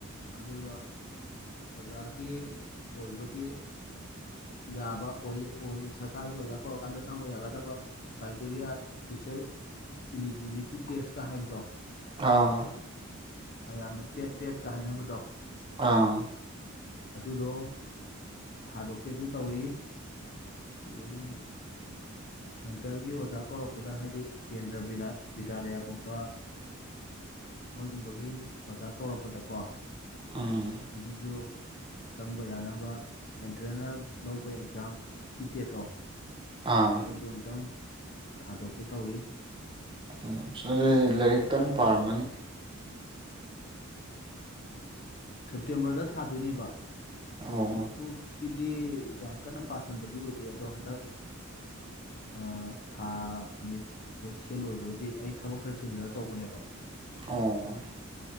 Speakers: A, on the left; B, on the right.
A: ꯑꯗꯨꯒ ꯑꯣꯖꯥꯒꯤ ꯑꯣꯏꯕꯒꯤ ꯌꯥꯕ ꯑꯣꯏ ꯑꯣꯏ ꯁꯔꯀꯥꯔꯒꯤ ꯑꯣꯖꯥ ꯀꯧꯔꯀꯥꯟꯗ ꯆꯪꯕ ꯌꯥꯒꯗꯕ ꯀ꯭ꯔꯥꯏꯇꯦꯔꯤꯌꯥ ꯇꯆꯔ ꯏꯂꯤꯖꯤꯕꯤꯂꯤꯇꯤ ꯇꯦꯁꯀ ꯍꯥꯏꯕꯗꯣ
B: ꯑꯥ
A: ꯃꯌꯥꯝꯅ ꯇꯦꯠ ꯇꯦꯠꯀ ꯍꯥꯏꯅꯕꯗꯣ
B: ꯑꯥ
A: ꯑꯗꯨꯗꯣ ꯊꯥꯗꯣꯛꯀꯦꯁꯨ ꯇꯧꯔꯤ ꯑꯗꯨꯗꯒꯤꯗꯤ ꯁꯦꯟꯇꯔꯒꯤ ꯑꯣꯖꯥ ꯀꯧꯔꯛꯄꯗ ꯍꯥꯏꯗꯤ ꯀꯦꯟꯗ꯭ꯔ ꯚꯕꯤꯗ꯭ꯌꯥꯂꯌꯥꯒꯨꯝꯕ ꯃꯣꯏꯒꯨꯝꯕꯒꯤ ꯑꯣꯖꯥ ꯀꯧꯔꯛꯄꯗꯀꯣ
B: ꯎꯝ
A: ꯑꯗꯨꯁꯨ ꯆꯪꯕ ꯌꯥꯅꯕ ꯁꯦꯟꯇ꯭ꯔꯦꯅ ꯂꯧꯕ ꯑꯦꯛꯖꯥꯝ ꯁꯤꯇꯦꯇꯣ
B: ꯑꯥ
A: ꯑꯗꯨꯗꯣ ꯑꯨꯛꯇꯪ ꯊꯥꯗꯣꯛꯀꯦ ꯇꯧꯔꯤ
B: ꯎꯝ ꯑꯗꯨꯗꯤ ꯂꯥꯏꯔꯤꯛ ꯀꯟꯅ ꯄꯥꯔꯝꯃꯅꯤ
A: ꯁꯦꯞꯇꯦꯝꯕꯔꯗ ꯊꯥꯗꯣꯏꯅꯦꯕ
B: ꯑꯣ
A: ꯍꯧꯖꯤꯛꯄꯨꯒꯤ ꯗꯤ ꯌꯥꯝ ꯀꯟꯅ ꯄꯥꯁꯣꯟꯕꯗꯤ ꯑꯣꯏꯗ꯭ꯔꯦ ꯑꯗꯣ ꯍꯟꯗꯛ ꯑ ꯊꯥ ꯅꯨꯃꯤꯠ ꯋꯦꯦꯛꯁꯦꯜ ꯂꯣꯏꯕꯒꯗꯤ ꯑꯩ ꯊꯕꯛ ꯈꯔ ꯆꯤꯟꯗꯅ ꯇꯧꯕꯅꯦꯕ
B: ꯑꯣ